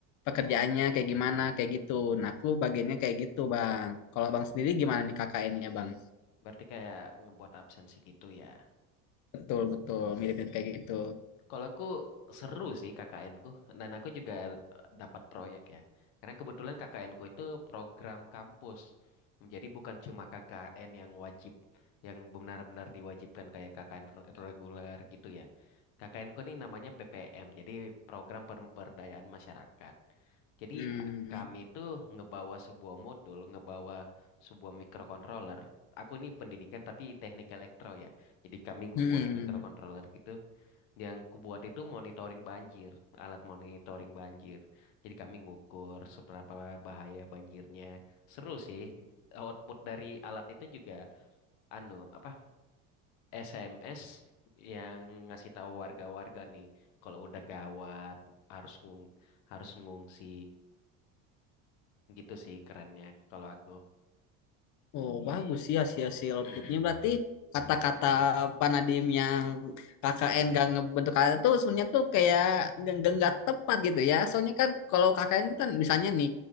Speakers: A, on the left (about 50°); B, on the left (about 70°).
A: pekerjaannya kayak gimana kayak gitu. Nah, aku bagiannya kayak gitu, Bang. Kalau Bang sendiri gimana nih KKN-nya, Bang?
B: berarti kayak ngebuat absensi gitu ya.
A: Betul, betul, mirip-mirip kayak gitu.
B: Kalau aku seru sih KKN ku dan aku juga dapat proyek ya. Karena kebetulan KKN ku itu program kampus. Jadi bukan cuma KKN yang wajib yang benar-benar diwajibkan kayak KKN re- reguler gitu ya. KKN ku ini namanya PPM, jadi program pemberdayaan masyarakat. Jadi
A: Hmm.
B: kami itu ngebawa sebuah modul, ngebawa sebuah microcontroller. Aku ini pendidikan tapi teknik elektro ya. Jadi kami ngebuat
A: Hmm.
B: microcontroller gitu yang kubuat itu monitoring banjir, alat monitoring banjir. Jadi kami ngukur seberapa bahaya banjirnya. Seru sih. Output dari alat itu juga anu apa SMS yang ngasih tahu warga-warga nih kalau udah gawat harus ngung- harus mengungsi gitu sih kerennya kalau aku.
A: Oh, bagus sih hasil-hasil outputnya.
B: <clears throat>
A: Berarti kata-kata Panadim yang KKN gak ngebentuk kata tuh sebenarnya tuh kayak nggak nggak nggak tepat gitu ya. Soalnya kan kalau KKN kan misalnya nih